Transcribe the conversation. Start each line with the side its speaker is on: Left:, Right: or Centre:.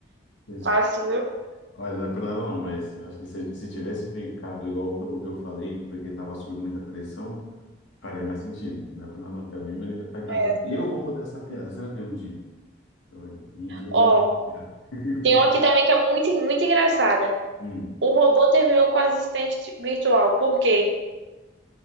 Left: Isso-
Right: Fácil, viu?
Left: Olha, não é por nada não, mas acho que se, se tivesse ficado igual o, que eu o que eu falei, porque estava sob muita pressão, faria mais sentido. Não é por nada não ficar bem, mas ele vai ficar
Right: Essa.
Left: E eu vou mudar essa piada, você vai ver um dia. Eu- Um dia
Right: Ó,
Left: vamos. recuperar. <laughs>
Right: tem uma aqui também que é muito, muito engraçada.
Left: Hum,
Right: O robô terminou com a assistente virtual. Por quê?